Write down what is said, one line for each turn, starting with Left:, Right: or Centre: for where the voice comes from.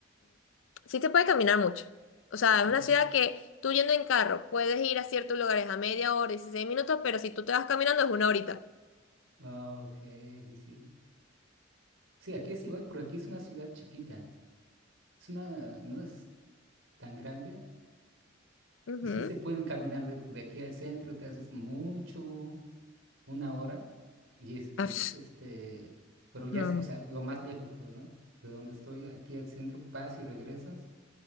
Left: sí te puede caminar mucho. O sea, es
Right: Mm.
Left: una ciudad que tú yendo en carro puedes ir a ciertos lugares a media hora, 16 minutos, pero si tú te vas caminando es una horita.
Right: Ah, Ok, sí, sí. Sí, aquí es igual, porque aquí es una ciudad chiquita. Es una, no es tan grande.
Left: Ujú.
Right: Y sí se pueden caminar de, de aquí al centro, te haces mucho, una hora, y es, y
Left: Ah, pf,
Right: es este, pero ya,
Left: No.
Right: es, o sea, lo más lejos, pues, ¿no? De donde estoy, aquí al centro, vas y regresas,